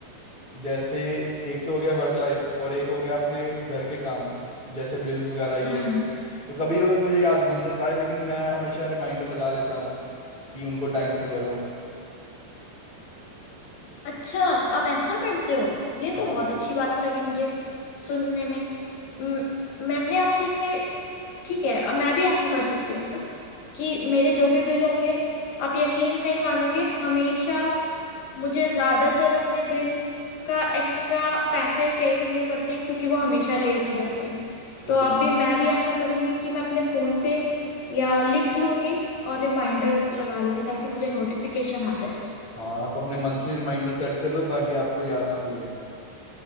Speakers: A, on the right; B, on the left.
A: जैसे एक तो हो गया वर्क लाइफ और एक हो गया अपने घर के काम जैसे बिल्स वगैरह ये
B: हम्म
A: वो तो कभी कभी मुझे याद भूल जाता है लेकिन मैं हमेशा रिमाइंडर लगा लेता हूँ कि उनको टाइम से भरूं
B: अच्छा आप ऐसा करते हो ये
A: हाँ
B: तो बहुत अच्छी बात लगी मुझे सुनने में म- मैंने आपसे ठीक है अब मैं भी ऐसा कर सकती हूँ ना कि मेरे जो भी बिल होंगे आप यकीन नहीं मानोगे हमेशा मुझे ज्यादातर अपने बिल का एक्स्ट्रा पैसे पे करने पड़ते हैं क्योंकि वो हमेशा लेट हो जाते हैं
A: वो
B: तो अब भी मैं भी ऐसा करूंगी कि मैं अपने फोन पे या लिख लूंगी और रिमाइंडर लगा लूंगी ताकि मुझे नोटिफिकेशन आ जाए
A: हाँ आप अपने मंथली रिमाइंडर सेट कर दो ताकि आपको याद ना भूले